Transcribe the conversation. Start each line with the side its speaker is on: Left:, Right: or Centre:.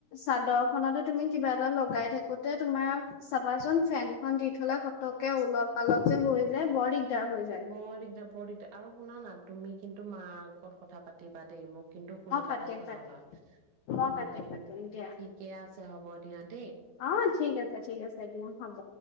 Left: চাদৰ খনতে তুমি, কিবা এটা লগাই থাকোতে তোমাৰ চাবাচোন ফেন-খন দি থলে, পতককে উলত-পালত হৈ যায় বৰ দিগদাৰ। হৈ যায়
Right: বৰ দিগদাৰ - বৰ দিগদাৰ। আৰু শুনা না তুমি কিন্তু মাৰ আগত কথা পাতিবা দেই, মোক কিন্তু সোনকালে
Left: অ', পতিম
Right: জনাবা
Left: -পাতিম মই
Right: উম
Left: পাতিম-
Right: উম
Left: পাতিম দিয়া।
Right: ঠিকে আছে হ'ব দিয়া দেই
Left: অ', -ঠিক আছে-ঠিক আছে দিয়া হ'ব।